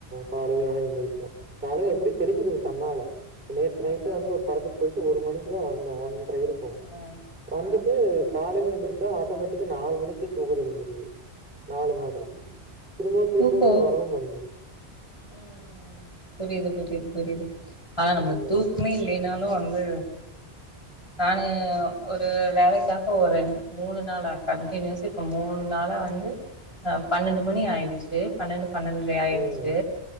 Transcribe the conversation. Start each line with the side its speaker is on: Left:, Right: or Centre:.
Right: காலைலதா எந்திரிக்கிணு காலைல எப்புடி தெளிஞ்சிருது
Left: அ
Right: தன்னால நேத்து நைட்டே
Left: நன்னால
Right: வந்து ஒரு படத்துக் போயிட்டு ஒரு மணிக்கி தா வந்தே ஒன் ப்றொ இருக்கு
Left: ஆ
Right: வந்துட்டு
Left: ஆ
Right: காலைல எந்த்ருச்சா ஆட்டோமேட்டிக்கா நாலு மணிக்கி தூக்கொ தெளிஞ்சிருது நாலு நாள்றக்கி திரும்பவு தூக்கமே
Left: தூக்கோ
Right: வரவு மேட்டேங்கிது
Left: ம் ம் ம் புரியுது புரியுது புரியுது ஆனா
Right: அந்த
Left: நம்ளுக்
Right: மாரி
Left: தூக்மே
Right: ஆயிட்டுருக்கு.
Left: இல்லேன்னாலு வந்து நானு ஒரு வேலைக்காக ஒரு ரெண் மூணு நாளா கண்டினியூஸு இப்ப மூணு நாளா வந்து அ பன்னெண்டு மணி ஆய்டுச்சு பன்னெண்டு பன்னென்ற ஆய்டுச்
Right: ம்.
Left: சு